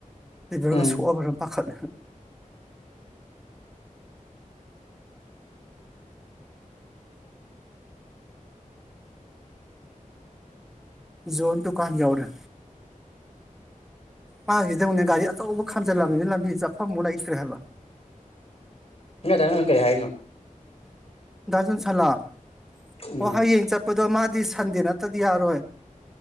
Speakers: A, in the centre; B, on the left.
A: ꯂꯤꯕꯔꯒ
B: ꯎꯝ
A: ꯁꯣꯛꯑꯕꯔꯥ ꯄꯥꯈꯠꯂꯦ ꯖꯣꯟ ꯗꯨꯀꯟ ꯌꯧꯔꯦ ꯃꯥꯥꯡꯁꯤꯗ ꯑꯃꯨꯛꯅꯦ ꯒꯥꯔꯤ ꯑꯆꯧꯕ ꯈꯝꯖꯤꯜꯂꯝꯕꯅꯤꯅ ꯂꯝꯕꯤꯆꯞꯐꯝꯃꯨꯛ ꯂꯩꯇ꯭ꯔꯦꯕ
B: ꯉꯁꯥꯏ ꯅꯪ ꯀꯩ ꯍꯥꯏꯔꯤꯅꯣ
A: ꯗꯥ ꯖꯣꯟꯁꯜꯂꯥ
B: ꯎꯝ
A: ꯑꯣ ꯍꯌꯦꯡ ꯆꯠ ꯄꯗꯣ ꯃꯥꯗꯤ ꯁꯟꯗꯦ ꯅꯠꯇꯗꯤ ꯌꯥꯔꯣꯏ